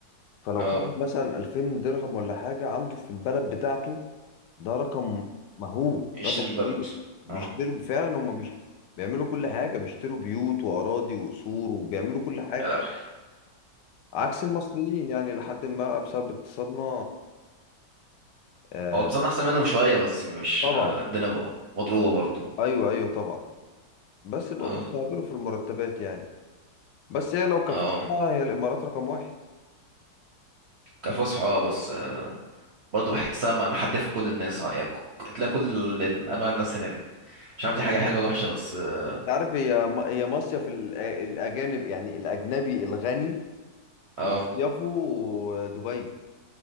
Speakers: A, on the left; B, on the right.
A: فلو
B: اه
A: خد مثلا 2000 درهم ولا حاجة عنده في البلد بتاعته ده رقم مهول
B: يشتري
A: رقم كبير
B: البلد
A: بيشتروا
B: اه
A: فعلا هم بيش... بيعملوا كل حاجة بيشتروا بيوت وأراضي وقصور وبيعملوا كل حاجة
B: يا لهوي
A: عكس المصريين يعني لحد ما بسبب اقتصادنا آه،
B: هو اقتصادنا أحسن منهم شوية بس مش
A: طبعا
B: آه، الدنيا بقى مضروبة برضه
A: أيوه أيوه طبعا بس بقوا
B: اه
A: بيستهبلوا في المرتبات يعني بس هي لو كفلتها
B: اه
A: هي الإمارات رقم واحد
B: كفصحى اه بس آه، برضه بحسها م- محدفة كل الناس اه يعني ك- تلاقي كل ال- أنواع الناس هناك مش عارف
A: هي
B: دي حاجة حلوة ولا وحشة بس اه
A: انت عارف هي م- هي مصيف ال- الاجانب يعني الاجنبي الغني
B: آه،
A: مصيفه دبي